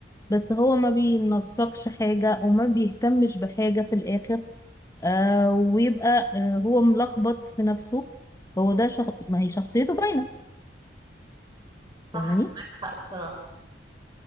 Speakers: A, on the left; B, on the right.
A: بس هو ما بينسقش حاجة وما بيهتمش بحاجة في الآخر آه ويبقى آه هو ملخبط في نفسه هو ده شخ... ما هي شخصيته باينة
B: صح
A: فاهماني
B: معاك حق بصراحة